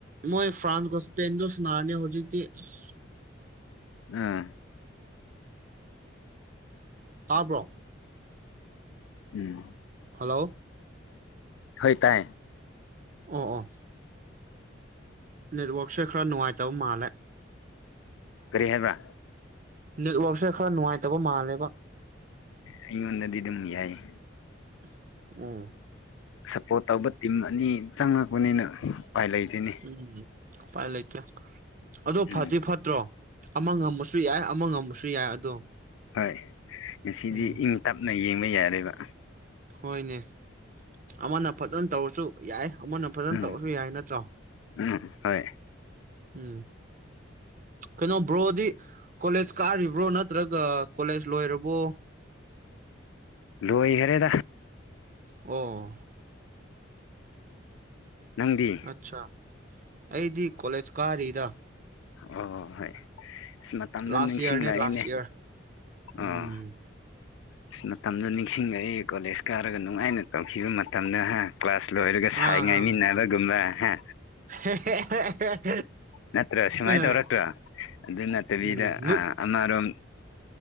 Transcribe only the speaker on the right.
ꯃꯣꯏ ꯐ꯭ꯔꯥꯟꯁꯀ ꯏꯁꯄꯦꯟꯗꫭ ꯁꯅꯥꯔꯅꯤ ꯍꯧꯖꯤꯛꯇꯤ ꯑꯁ
ꯇꯥꯕ꯭ꯔꯣ
ꯍꯜꯂꯣ
ꯑꫭ ꯑꯣ ꯅꯦꯠꯋꯥꯔꯛꯁꯦ ꯈꯔ ꯅꯨꯡꯉꯥꯏꯇꯕ ꯃꯥꯜꯂꯦ
ꯅꯦꯠꯋꯔꯛꯁꯦ ꯈꯔ ꯅꯨꯡꯉꯥꯏꯇꯕ ꯃꯥꯜꯂꯦꯕ
ꯎꯁ ꯑꯥ
ꯎꯝ ꯎꯄꯥꯏ ꯂꯩꯇꯦ ꯑꯗꯣ
ꯐꯗꯤ ꯐꯠꯇ꯭ꯔꯣ ꯑꯃ ꯉꯝꯃꯁꯨ ꯌꯥꯏ ꯑꯃ ꯉꯝꯃꯁꯨ ꯌꯥꯏ ꯑꯗꯣ
ꯎꯝ
ꯍꯣꯏꯅꯦ ꯑꯃꯅ ꯐꯖꯅ ꯇꯧꯔꯁꯨ ꯌꯥꯏ ꯑꯃꯅ ꯐꯖꯅ
ꯇꯧꯔꯁꯨ ꯌꯥꯏ ꯅꯠꯇ꯭ꯔꯣ
ꯎꯝ ꯀꯩꯅꯣ ꯕ꯭ꯔꯣꯗꯤ ꯀꯣꯂꯦꯖ ꯀꯥꯔꯤꯕ꯭ꯔꯣ ꯅꯠꯇ꯭ꯔꯒ ꯀꯣꯂꯦꯖ ꯂꯣꯏꯔꯕꯣ
ꯑꯣ
ꯑꯠꯁꯥ ꯑꯩꯗꯤ ꯀꯣꯂꯦꯖ ꯀꯥꯔꯤꯗ
ꯂꯥꯁ
ꯏꯌꯥꯔꯅꯦ ꯂꯥꯁ ꯏꯌꯥꯔ ꯎꯝ
ꯑꯥ
ꯑꯥ
<unintelligible>
ꯑ
ꯎꯝ